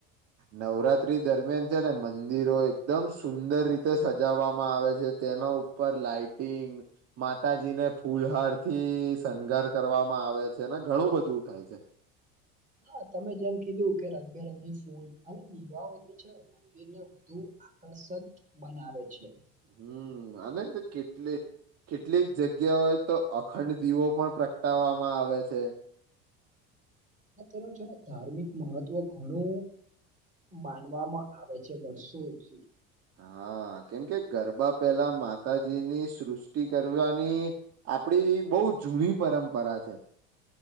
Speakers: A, on the right; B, on the right.
A: નવરા વરાત્રી દરમિયાન છે ને મંદિરો એકદમ સુંદર રીતે સજાવવામાં આવે છે તેના ઉપર લાાઈટિંગ માતાજી ને ફૂલહાર થી શણગાર કરવામાં આવે છે એને ઘણું બધું થાય છે.
B: હા તમે જેમ કીધું કે રંગબેરંગી ફૂલ અને દીવાઓથી છે ને મંદિર ને વધુ આકર્ષત બનાવે છે.
A: હમ અને તો કેટલે કેટલીક જગ્યાઓએ તો અખંડ દીવો પણ પ્રગટાવામાં આવે છે.
B: તેનું છે ને ધાર્મિક મહત્વ ઘણું માનવામાં આવે છે વર્ષોથી.
A: હા કેમ કે ગરબા પહેલા માતાજીની સૃષ્ટિ કરવાની આપડી બોવ જૂની પરંપરા છે.